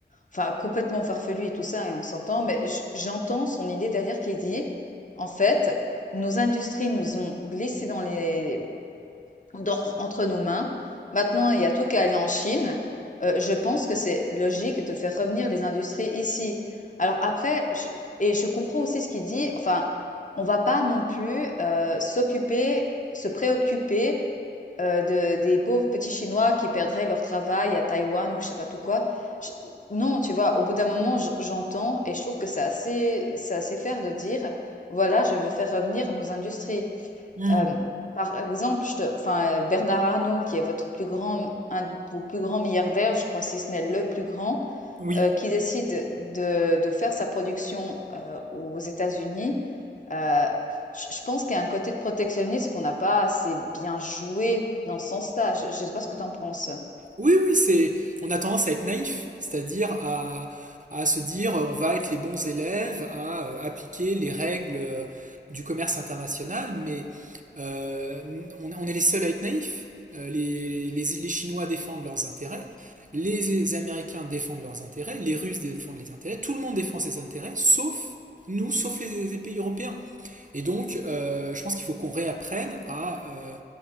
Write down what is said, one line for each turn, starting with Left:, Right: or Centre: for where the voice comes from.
Left: enfin complètement farfelue et tout ça et on s'entend, mais j j'entends son idée derrière qui dit: «En fait, nos industries nous ont glissé dans les dans- entre nos mains. Maintenant, il y a tout qu'à aller en Chine. Euh, je pense que c'est logique de faire revenir les industries ici. Alors après, je- et je comprends aussi ce qu'il dit, enfin, on va pas non plus euh, s'occuper, se préoccuper euh, de, des pauvres petits Chinois qui perdraient leur travail à Taïwan ou je sais pas tout quoi. Je- non, tu vois, au bout d'un moment, j- j'entends et je trouve que c'est assez, c'est assez fair de dire, voilà, je veux faire revenir nos industries.
Right: mm,
Left: Hem, par exemple, je te enfin, heu, Bernard Arnault qui est votre plus grand un de vos plus grands milliardaires, je crois, si ce n'est le plus grand,
Right: Oui.
Left: heu, qui décide de de faire sa production, heu, aux États-Unis, heu, je je pense qu'il y a un côté de protectionnisme qu'on n'a pas assez bien joué dans ce sens-là. Je ne sais pas ce que tu en penses?
Right: Oui, oui, c'est. On a tendance à être naïf, c'est-à-dire à, à se dire euh, on va être les bons élèves, à euh, appliquer les règles euh, du commerce international, mais euh, on, on est les seuls à être naïfs. Euh, les, les, les Chinois défendent leurs intérêts, les Américains défendent leurs intérêts, les Russes défendent les intérêts, tout le monde défend ses intérêts, sauf nous, sauf les, les pays européens. Et donc, euh, je pense qu'il faut qu'on réapprenne à, euh,